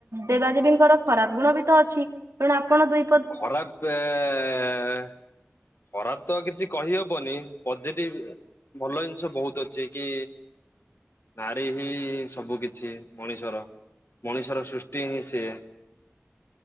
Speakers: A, on the right; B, on the left.
A: ଦେବାଦେବୀଙ୍କର ଖରାପ୍ ଗୁଣ ବି ତ ଅ ତେଣୁ ଆପଣ ଦୁଇ
B: ଖରାପ୍ ଏ । ଖରାପ୍ ତ କିଛି କହିହବନି। <unintelligible> ଭଲ ଜିନିଷ ବହୁତ୍ ଅଛି କି ନାରୀ ହିଁ ସବୁ କିିଛି ମଣିଷର ମଣିଷର ସୃଷ୍ଟ୍ ସୃଷ୍ଟି ହିଁ ସିଏ।